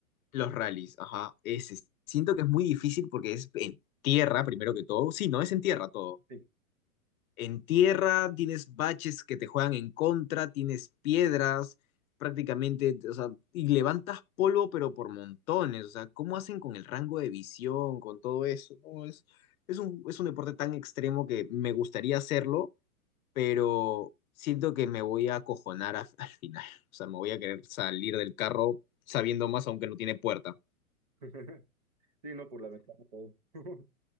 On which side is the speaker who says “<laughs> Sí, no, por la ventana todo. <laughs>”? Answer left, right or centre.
Right